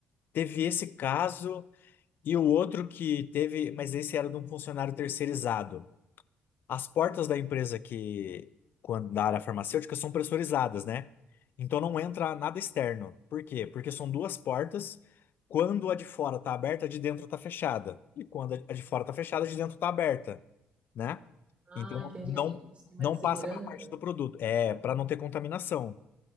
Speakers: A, on the left (about 65°); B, on the right (about 35°).
A: teve esse caso e o outro que teve, mas esse era de um funcionário terceirizado. As portas da empresa que, quando, da área farmacêutica, são pressurizadas, né? Então não entra nada externo. Por quê? Porque são duas portas. Quando a de fora tá aberta, a de dentro tá fechada. E quando a a de fora tá fechada, a de dentro tá aberta. né?
B: Ah,
A: Então
B: entendi.
A: não
B: É tipo um esquema
A: não
B: de segurança.
A: passa para a parte do produto, é para não ter contaminação.